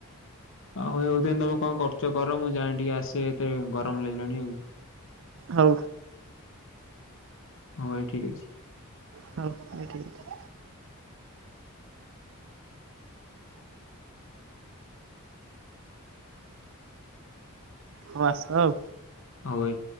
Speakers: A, on the left; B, on the right.
A: ଆଉ ହେଉଥା ତମେ କଣ କରୁଛ କର ମୁଁ ଯାଏ ଟିକେ ଆସେ ଏତେ ଗରମ ଲାଗିଲାଣି ଆଉ
B: ହଉ
A: ହଁ ଭାଇ ଠିକ ଅଛି
B: ହଉ ଭାଇ ଠିକ ଅଛି ହଉ ଆସ ଆଉ
A: ହଉ ଭାଇ